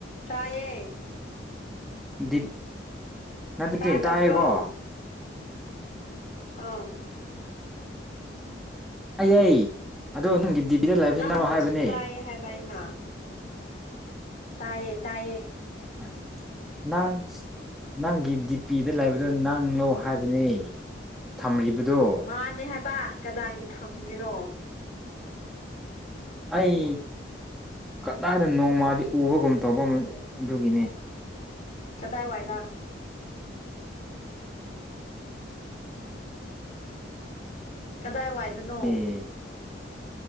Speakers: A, on the left (about 40°); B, in the centre.
A: ꯇꯥꯏꯌꯦ
B: ꯗꯤꯞ ꯅꯕꯗꯤ
A: ꯇꯥꯗꯕ꯭ꯔꯣ
B: ꯇꯥꯏꯑꯦꯀꯣ
A: ꯑꯥ
B: ꯑꯩ ꯑꯩ ꯑꯗꯣ ꯅꯪꯒꯤ ꯗꯤꯕꯤꯗ ꯂꯩꯕꯁꯤ
A: ꯅꯪꯕꯨꯁꯨ
B: ꯅꯪ ꯍꯥꯏꯕꯅꯦ
A: ꯇꯥꯏꯌꯦ ꯍꯥꯏꯕ ꯑꯩꯅ ꯇꯥꯏꯌꯦ ꯇꯥꯏꯌꯦ
B: <inaudible> ꯅꯪ ꯅꯪꯒꯤ ꯗꯤꯄꯤꯗ ꯂꯩꯕꯗꯣ ꯅꯪꯂꯣ ꯍꯥꯏꯕꯅꯦ ꯊꯝꯔꯤꯕꯗꯣ
A: ꯃꯥꯅꯦ ꯍꯥꯏꯕ ꯀꯅꯥꯒꯤ ꯊꯝꯒꯦꯔꯣ
B: ꯑꯩ ꯀꯗꯥꯏꯗꯅꯣ ꯃꯗꯤ ꯎꯕꯒꯨꯝ ꯇꯧꯕ ꯑꯗꯨꯒꯤꯅꯦ
A: ꯀꯗꯥꯏ ꯋꯥꯏꯗ ꯀꯗꯥꯏ ꯋꯥꯏꯗꯅꯣ
B: ꯑꯦ